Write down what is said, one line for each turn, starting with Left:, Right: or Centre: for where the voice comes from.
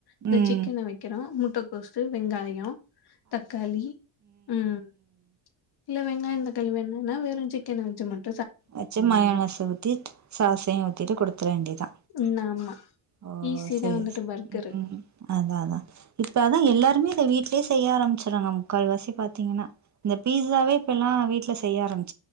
Left: இந்த
Right: ம்
Left: சிக்கன வக்கிறோ முட்டகோஸ் வெங்காயோ தக்காளி ம் இல்ல வெங்காயோ தக்காளி வேணும்னா வெறு சிக்கன்வந்சுமுல்
Right: அச்சு மைனஸ் ஊத்திட் சாஸ்ஸையு ஊத்திட்டு குடுத்துற வேண்டிதா
Left: ம் ஆமா
Right: ஓ
Left: ஈஸி
Right: சரி
Left: தா வந்துட்டு பர்கரு
Right: ம் அதா அதா இப்பாதா எல்லாருமே வீட்டிலயே செய்ய ஆரம்பிச்சறாங்க முக்கால் வாசி பாத்தீங்கன்னா இந்த பீஸாவே இப்பல்லா வீட்ல செய்ய ஆரம்பிச